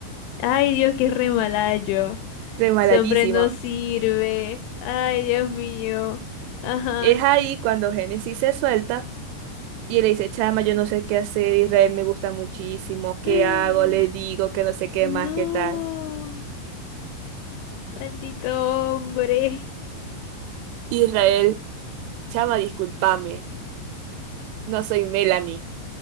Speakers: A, on the left; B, on the right.
A: Ay, Dios, qué re mala yo.
B: Remalallísimo.
A: Ese hombre no sirve. Ay, Dios mío. Ajá.
B: Es ahí cuando Génesis se suelta y le dice, chama, yo no sé qué hacer, Israel me gusta muchísimo, ¿qué
A: <gasps>
B: hago? Le digo que no sé qué
A: No,
B: más, qué tal.
A: maldito hombre.
B: Israel, chama, discúlpame, no soy Melanie.